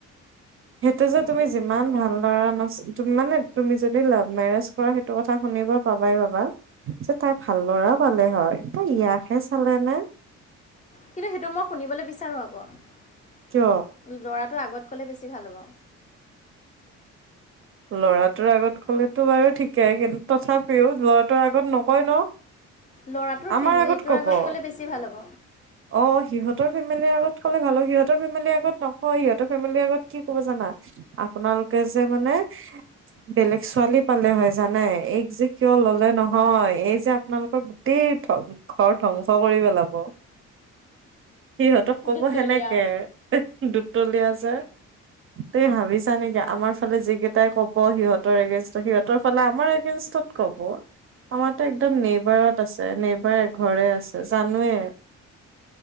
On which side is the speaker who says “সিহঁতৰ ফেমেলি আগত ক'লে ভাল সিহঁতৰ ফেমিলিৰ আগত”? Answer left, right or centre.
Right